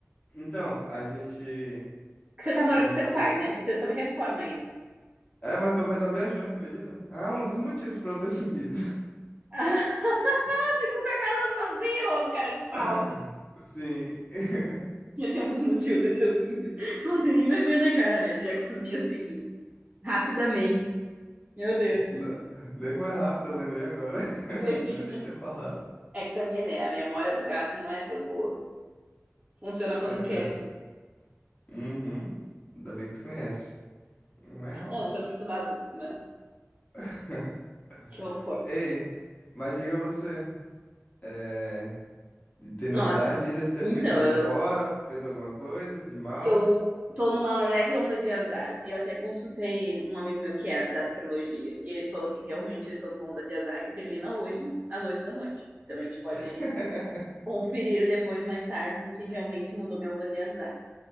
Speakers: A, on the left; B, on the right.
A: Então, a gente,
B: Que você tá morando
A: a gente...
B: com seu pai, né? E vocês estão em reforma ainda.
A: É, mas meu pai tá viajando, acredita? Ah, um dos motivos pra eu ter subido.
B: <laughs> Ficou com a casa sozinho, homem, cara de pau.
A: <laughs> Sim. <laughs>
B: Esse é um dos motivos de eu ter sumido. <laughs> Você não tem nem vergonha na cara, né? De já que sumir assim, de... um- rapidamente. Meu Deus.
A: Não, nem foi rápido, eu lembrei agora. <laughs>
B: Levinha.
A: Senão eu já tinha falado.
B: É que também, né? A memória do gato não é tão boa. Funciona quando
A: É verdade.
B: quer.
A: Uhum. Ainda bem que tu conhece. Uau.
B: Não, eu tô acostumada, tô acostumada.
A: <laughs>
B: Que horror.
A: Ei, mas diga você, é, tem
B: Nossa.
A: novidade aí desse tempo
B: Então,
A: que eu te vi
B: eu,
A: fora? Fez alguma coisa de mal?
B: eu tô numa leve onda de azar. Eu até consultei um amigo meu que é da astrologia. E ele falou que realmente eu estou numa onda de azar que termina hoje, às oito da noite. Então a gente pode
A: <laughs>
B: conferir depois, mais tarde, se realmente mudou minha onda de azar.